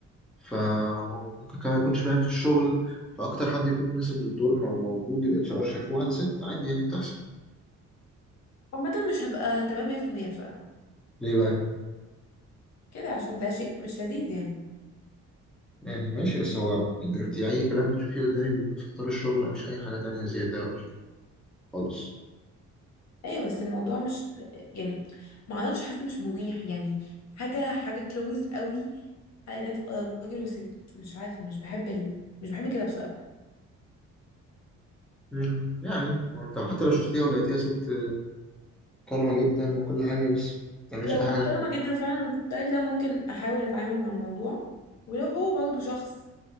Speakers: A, in the centre; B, on the left.
A: فهو ممكن كمان يكونش فاهم في الشغل فأكتر حد يكون مناسب للدور ما هو موجود ال HR شايفه واحدة ست عادي يعني بتحصل
B: عامة مش هبقى تمام 100% بصراحة
A: ليه بقى؟
B: كده عشان ده شيء مش لذيذ يعني
A: يعني ماشي بس هو أنت أي كلام بتشوفيه قدامك بيبقى في إطار الشغل مفيش أي حاجة تانية زيادة ولا شيء خالص
B: ايوه بس الموضوع مش يعني ما اعرفش حاسة مش مريح يعني حاجة حاجة كلوز قوي على انها تبقى راجل وست مش عارفة مش بحب ال... مش بحب كده بصراحة
A: مم، يعني ما أنت حتى لو شفتيها ولقيتيها ست كرمة جدا وكل حاجة بس ما بتعملش
B: لو
A: أي
B: محترمة
A: حاجة غير إنها
B: جدا فعلا الستايل ده ممكن احاول اتعامل مع الموضوع ولو هو برضو شخص